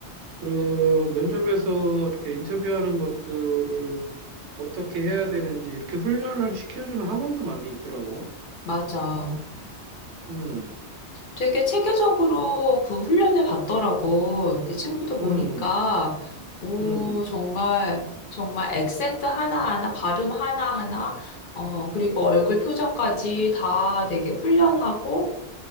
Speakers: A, on the right (about 80°); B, on the left (about 55°).
A: 그런 면접에서 이렇게 인터뷰하는 것들을 어떻게 해야 되는지 이렇게 훈련을 시켜주는 학원도 많이 있더라고.
B: 맞아.
A: 음,
B: 되게 체계적으로 그 훈련을 받더라고. 내 친구도
A: 음,
B: 보니까, 오,
A: 음,
B: 정말, 정말 액센트 하나하나, 발음 하나하나, 어, 그리고 얼굴 표정까지 다 되게 훈련하고,